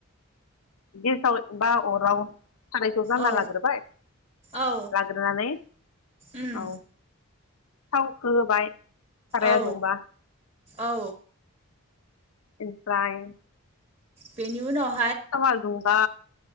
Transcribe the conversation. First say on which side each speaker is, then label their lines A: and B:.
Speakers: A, on the left; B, on the right.
A: गेसाव बा अराव सारायखौ जानना
B: औ
A: लाग्रोबाय
B: औ
A: लाग्रोनानै
B: उम
A: औ थावखो होबाय साराया
B: औ
A: दुंबा।
B: औ
A: एमफ्राय
B: बेनि उनाव
A: थावा दुं बा